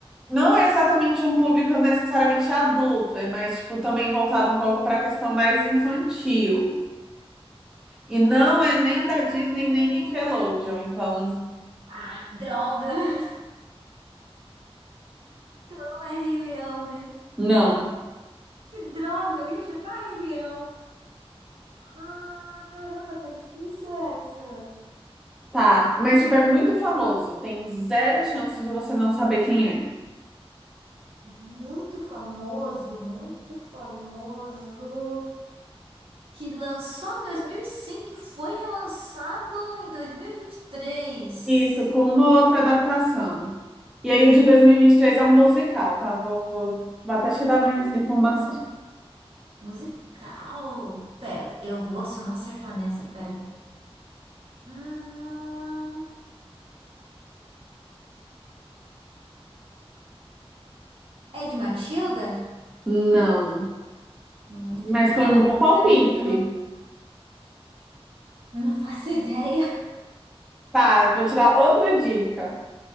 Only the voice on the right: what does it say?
Ah,
ah, que droga! <laughs> Então não é Rei Leão, né?
Que droga, eu ia chutar Rei Leão. Ah, caramba, tá difícil essa.
muito famoso, muito famoso, que lançou em dois mil e cinco, e foi relançado em dois mil e e vinte e três,
Musical. Pera, eu vou, se eu não acertar nessa, pera. Hum, é de Matilda?
Hum, então,
não-
ó,
sinceramente,
eu não, não faço ideia.